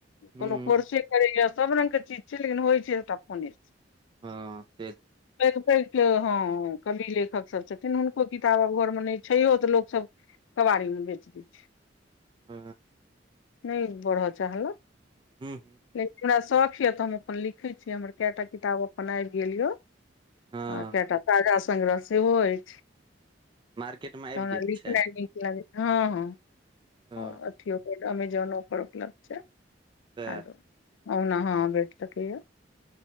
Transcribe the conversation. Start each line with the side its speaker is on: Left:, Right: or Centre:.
Right: हूँ
Left: कोनो कोर्से करैए सभ रङंगगके चीज छै, लेकिन होइ छै, सभटा फोने सँ।
Right: हँ से त
Left: पैघ - पैघ के हँ कवि लेखक सब छथिन हुनको किताब आब घर मे नय छै, छय तऽ लोकसभ कबारी मे बेच दै छै।
Right: ह
Left: नय बढ़ चाहल।
Right: हू।
Left: लेकिन हमरा शौख यऽ, तऽ हम अपन लिखै छी, हमर कएटा किताब अपन आबि गेल यऽ।
Right: हँ
Left: आ कए टा ताजा सग्रह सेहो अईछ। तऽ
Right: मार्केट मे आबि
Left: हमरा
Right: गेल
Left: लिखनाय
Right: छै
Left: नीक लागैया। हँ - हँ
Right: हँ
Left: अथिओ अमेजोनपर उपलब्ध छै।
Right: सैह
Left: आरो ओना हों बेठ सकैया।